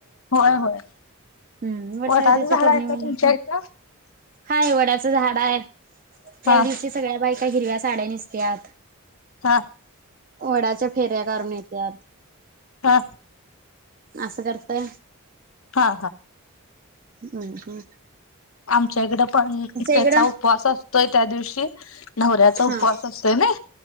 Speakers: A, on the left; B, on the right.
A: होय होय.
B: हम्म वटसावित्रीच्या
A: वटाचं झाड
B: पौर्णिमेला
A: आहे का तुमच्या
B: पण
A: इथं
B: हाय वड्याचं झाड आहे त्या
A: हा
B: दिवशी सगळ्या बाईका का हिरव्या साड्या नेसत्यात.
A: हा.
B: वडाच्या फेऱ्या घालून येत्यात.
A: हा.
B: असं करतय.
A: हा
B: हम्. हम्.
A: आमच्याकडे पण त्याचा
B: इकडं
A: उपवास असतोय त्या दिवशी. ह <inaudible> नवऱ्याचा उपवास
B: हा
A: असतो नाही,